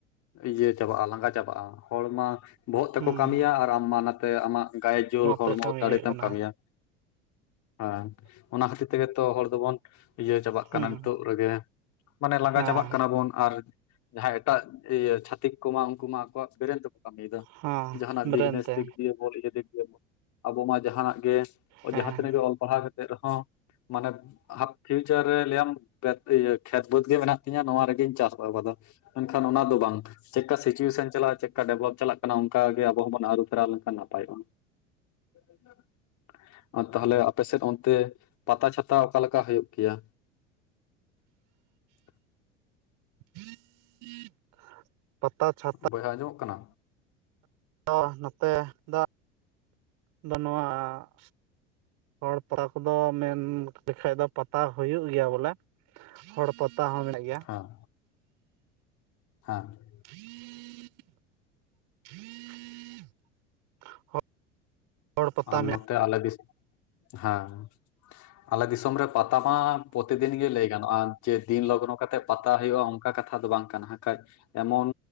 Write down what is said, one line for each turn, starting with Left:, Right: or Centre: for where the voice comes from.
Left: ᱤᱭᱟᱹ ᱪᱟᱵᱟᱜᱼᱟ ᱞᱟᱸᱜᱟ ᱪᱟᱵᱟᱜᱼᱟ ᱦᱚᱲ ᱢᱟ ᱵᱚᱦᱚᱜ ᱛᱮᱠᱚ
Right: ᱦᱩᱸ
Left: ᱠᱟᱹᱢᱤᱭᱟ ᱟᱨ ᱟᱢ ᱱᱟᱛᱮ ᱟᱢᱟᱜ ᱜᱟᱭᱮ ᱡᱳᱨ ᱦᱚᱲᱢᱚ
Right: ᱛᱮ ᱠᱟᱹᱢᱤ
Left: ᱫᱟᱲᱮ
Right: ᱦᱩᱭᱩᱜ
Left: ᱛᱮᱢ
Right: ᱠᱟᱱᱟ
Left: ᱠᱟᱹᱢᱤᱭᱟ᱾ ᱦᱮᱸ ᱚᱱᱟ ᱠᱷᱟᱹᱛᱤᱨ ᱛᱮᱜᱮ ᱛᱚ ᱦᱚᱲ ᱫᱚᱵᱚᱱ ᱤᱭᱟᱹ ᱪᱟᱵᱟᱜ
Right: ᱦᱩᱸ
Left: ᱠᱟᱱᱟ ᱱᱤᱛᱚᱜ ᱨᱮᱜᱮ ᱢᱟᱱᱮ ᱞᱟᱸᱜᱟ
Right: ᱦᱮᱸ
Left: ᱪᱟᱵᱟᱜ ᱠᱟᱱᱟ ᱵᱚᱱ ᱟᱨ ᱡᱟᱸᱦᱟᱭ ᱮᱴᱟᱜ ᱪᱷᱟᱛᱤᱠ ᱠᱚᱢᱟ ᱩᱱᱠᱩ ᱢᱟ ᱟᱠᱚᱣᱟᱜ ᱵᱮᱨᱮᱱ ᱛᱮᱠᱚ ᱠᱟᱹᱢᱤ ᱮᱫᱟ᱾
Right: ᱦᱚᱸ
Left: ᱡᱟᱦᱟ ᱱᱟᱜ
Right: ᱵᱨᱮᱱ
Left: ᱵᱤᱜᱽᱱᱮᱥ
Right: ᱛᱮ
Left: ᱫᱤᱠ ᱫᱤᱭᱮ ᱵᱚᱞ ᱤᱭᱟᱹ ᱫᱤᱠ ᱫᱮ ᱵᱚᱞ, ᱟᱵᱚ ᱢᱟ ᱡᱟᱦᱟ ᱱᱟᱜ ᱜᱮ
Right: ᱦᱮᱸ
Left: ᱡᱟᱦᱟ ᱛᱤᱱᱟᱹᱜ ᱜᱮ ᱚᱞ ᱯᱟᱲᱦᱟᱣ ᱨᱮᱦᱚᱸ ᱢᱟᱱᱮ <unintelligible> ᱯᱷᱤᱭᱩᱪᱟᱨ ᱨᱮ ᱞᱟᱹᱭ ᱟᱢ <unintelligible> ᱠᱷᱮᱛ ᱵᱟᱹᱫᱽ ᱜᱮ ᱢᱮᱱᱟᱜ ᱛᱤᱧᱟᱹ ᱱᱚᱣᱟ ᱨᱮ‌ ᱜᱮᱧ ᱪᱟᱥ ᱟᱵᱟᱫᱟ ᱢᱮᱱ ᱠᱷᱟᱱ ᱚᱱᱟ ᱫᱚ ᱵᱟᱝ, ᱪᱮᱫ ᱠᱟ ᱥᱤᱪᱩᱭᱮᱥᱚᱱ ᱪᱟᱞᱟᱜᱼᱟ ᱪᱮᱫ ᱠᱟ ᱰᱮᱵᱷᱞᱚᱯ ᱪᱟᱞᱟᱜ ᱠᱟᱱᱟ ᱚᱱᱠᱟ ᱜᱮ ᱟᱵᱚ ᱦᱚᱸ ᱵᱚᱱ ᱟᱹᱨᱩ ᱯᱷᱮᱨᱟᱣ ᱞᱮᱱ ᱠᱷᱟᱱ ᱱᱟᱯᱟᱭᱚᱜᱼᱟ᱾ <inaudible> ᱟᱨ ᱛᱟᱦᱞᱮ ᱟᱯᱮ ᱥᱮᱫ ᱚᱱᱛᱮ ᱯᱟᱛᱟ ᱪᱷᱟᱛᱟ ᱚᱠᱟ ᱞᱮᱠᱟ ᱦᱳᱭᱳᱜ ᱜᱮᱭᱟ? <inaudible>
Right: <inaudible> ᱪᱷᱟᱛᱟ
Left: ᱵᱚᱭᱦᱟ ᱟᱸᱡᱚᱢᱚᱜ ᱠᱟᱱᱟ?
Right: <unintelligible> ᱱᱚᱛᱮ <unintelligible> ᱫᱚ ᱱᱚᱣᱟ ᱦᱚᱲ ᱯᱟᱛᱟ ᱠᱚᱫᱚ ᱢᱮᱱ ᱞᱮᱠᱷᱟᱡ ᱫᱚ ᱯᱟᱛᱟ ᱦᱳᱭᱳᱜ ᱜᱮᱭᱟ ᱵᱚᱞᱮ᱾ ᱦᱚᱲ ᱯᱟᱛᱟ ᱦᱚᱸ ᱢᱮᱱᱟᱜ ᱜᱮᱭᱟ᱾
Left: ᱦᱮᱸ <unintelligible>
Right: <inaudible> ᱦᱚᱲ ᱯᱟᱛᱟ
Left: ᱟᱨ
Right: ᱢᱮᱱᱟᱜ
Left: ᱱᱚᱛᱮ ᱟᱞᱮ ᱫᱤᱥᱚᱢ ᱦᱮᱸ ᱟᱞᱮ ᱫᱤᱥᱚᱢ ᱨᱮ ᱯᱟᱛᱟ ᱢᱟ, ᱯᱚᱛᱤ ᱫᱤᱱ ᱜᱮ ᱞᱟᱹᱭ ᱜᱟᱱᱚᱜᱼᱟ ᱡᱮ ᱫᱤᱱ ᱞᱚᱜᱱᱚ ᱠᱟᱛᱮᱫ ᱯᱟᱛᱟ ᱦᱳᱭᱳᱜᱼᱟ ᱚᱱᱠᱟ ᱠᱟᱛᱷᱟ ᱫᱚ ᱵᱟᱝ ᱠᱟᱱᱟ ᱦᱟᱸᱜ ᱠᱷᱟᱡ ᱮᱢᱚᱱ